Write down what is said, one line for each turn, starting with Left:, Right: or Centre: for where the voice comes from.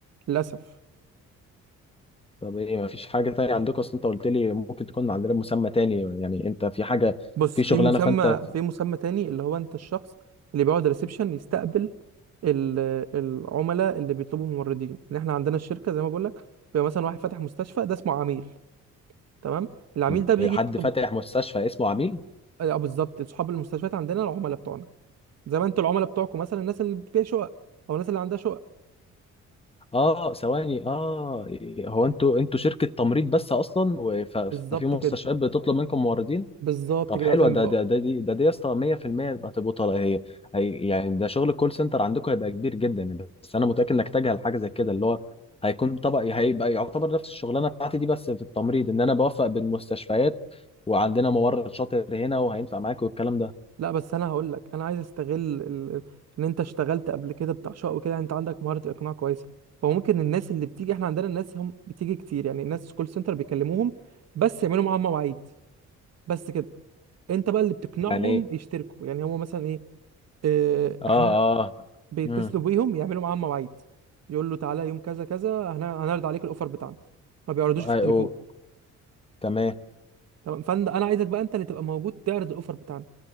Right: للاسف
Left: طب ايه ما فيش حاجه تانية عندكم اصل انت قلت لي ممكن تكون عندنا مسمى تاني يعني انت في حاجه
Right: بص
Left: في
Right: في
Left: شغلانه
Right: مسمى
Left: فانت
Right: في مسمى تاني اللي هو انت الشخص اللي بيقعد ريسبشن يستقبل ال- العملاء اللي بيطلبوا ممرضين ان احنا عندنا الشركه زي ما بقول لك بيبقى مثلا واحد فاتح مستشفى ده اسمه عميل تمام العميل
Left: في-
Right: ده بيجي
Left: حد
Right: يطلب
Left: فاتح مستشفى اسمه عميل
Right: اه آه، بالظبط اصحاب المستشفيات عندنا العملاء بتوعنا زي ما انتوا العملاء بتوعكم مثلا الناس اللي فيها شقق او الناس اللي عندها شقق
Left: اه ثواني اه هو انتوا انتوا شركه تمريض بس اصلا وف- ففي
Right: بالظبط
Left: مستشفيات
Right: كده
Left: بتطلب منكم موردين
Right: بالظبط
Left: طب
Right: كده
Left: حلوه
Right: عشان
Left: ده
Right: بقى
Left: ده ده دي ده دي يا اسطى 100% هتبقى طالعه هي هي- يعني ده شغل الكول سنتر عندكم هيبقى كبير جدا بس انا متاكد انك تجهل حاجه زي كده اللي هو هيكون طبق هيبقى يعتبر نفس الشغلانه بتاعتي دي بس في التمريض ان انا بوفق بين مستشفيات وعندنا ممرض شاطر هنا وهينفع معاك والكلام ده
Right: لا بس انا هقول لك انا عايز استغل ال... ان انت اشتغلت قبل كده بتاع شقق وكده يعني انت عندك مهاره الاقناع كويسه فممكن الناس اللي بتيجي احنا عندنا الناس هم بتيجي كتير يعني الناس كول سنتر بيكلموهم بس يعملوا معاهم مواعيد بس كده انت بقى اللي بتقنعهم
Left: يعني ايه
Right: يشتركوا يعني هو مثلا ايه اه
Left: اه اه
Right: احنا بيتصلوا
Left: امم
Right: بيهم يعملوا معاهم مواعيد يقول له تعالى يوم كذا كذا هن- هنعرض عليك الاوفر بتاعنا ما بيعرضوش
Left: أيوه.
Right: في التليفون
Left: تمام
Right: تمام فانا انا عايزك بقى انت اللي تبقى موجود تعرض الاوفر بتاعنا